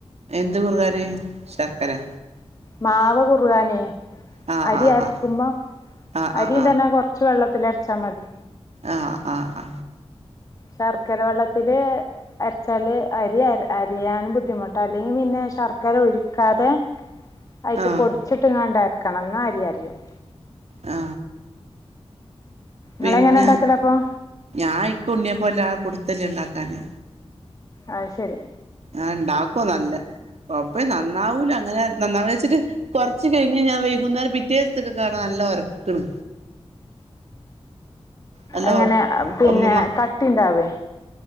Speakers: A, on the right; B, on the left.
A: എന്ത് കുറുകാന് ശർക്കരെ
B: മാവ് കുറുകാനെ
A: ആഹ് ആഹ്
B: അരി
A: ആഹ്
B: അരക്കുമ്പം
A: ആഹ്
B: അരിയും തന്നെ കൊർച്ച് വെള്ളത്തിൽ അരച്ചാ മതി
A: ആ ആ ആ
B: ശർക്കര വെള്ളത്തില് അര്ച്ചാല് അരി അ അരയാനും ബുദ്ധിമുട്ട അല്ലെങ്കി പിന്നെ ശർക്കര ഉരുക്കാതെ അയിക്ക്
A: ആഹ്
B: പൊടിച്ചിട്ട്ക്കാണ്ട് അര്ക്കണം ന്നാ അരി അരയണം
A: ആ പിന്നെ
B: നിങ്ങളെങ്ങനെ ഉണ്ടാക്കലപ്പോൾ
A: ഞാൻ ഇക്ക് ഉണ്ണിയപ്പം വല്ലാതെ പുട്ത്തല്ല്യ ഇണ്ടാക്കാന്
B: അത് ശരി
A: ആഹ് ഇണ്ടാക്കോ നല്ല നന്നാവൂല അങ്ങനെ നന്നാവൂല്ലാച്ചിട്ട് കൊർച്ച് കഴിഞ്ഞ് ഞാൻ വൈകുന്നേരം പിറ്റേസ്ത്ത്ക്കക്കേണ് ന ല്ലൊർക്ക്ണ് നല്ല
B: അങ്ങനെ
A: ഒർ
B: പിന്നെ
A: മ
B: കട്ടിണ്ടാവേ